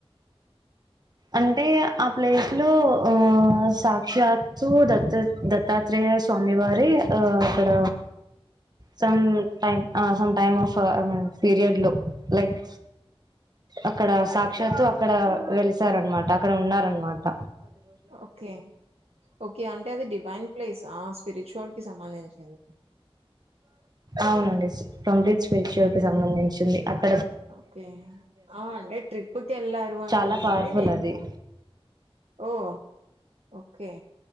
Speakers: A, on the right; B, on the right.
A: అంటే ఆ ప్లేస్ లో ఆ సాక్షాత్తు దత్తాత్ దత్తాత్రేయ స్వామి వారె ఆ అక్కడ సం టైమ్ ఆ సం టైమ్ ఆఫ్ అమీన్ పీరియడ్ లో లైక్ అక్కడ సాక్షాత్తు అక్కడ వెలిస్ శార్ అన్మాట అక్కడ ఉన్నారన్మాట.
B: ఓకె ఓకె అంటే అది డివైన్ ప్లీజ్ ఆ స్పిరిచువల్ కి సంబంధించి
A: అవునండి. కంప్లీట్ స్పిరిచువల్ కి సంబంధించింది. అక్
B: ఓకె ఆ అంటె ట్రిప్ కెళ్లారు అననంటే
A: చాలా పవర్ఫుల్
B: నేను
A: అది
B: ఓ ఓకె